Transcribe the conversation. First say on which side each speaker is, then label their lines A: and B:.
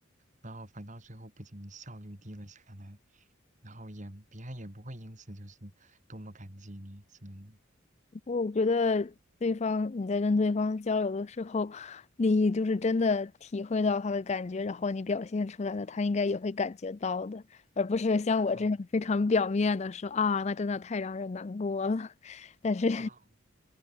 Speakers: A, on the right; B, on the left.
A: 然后反倒最后不仅效率低了下来，然后也别人也不会因此就是多么感激你之类的。
B: 我觉得对方你在跟对方交流的时候，你就是真的体会到他的感觉，然后你表现出来了，他应该也会感觉到的，而不是像我这样非常表面的说啊，
A: 哦
B: 那真的太让人难过了。<laughs> 但是，
A: 哦，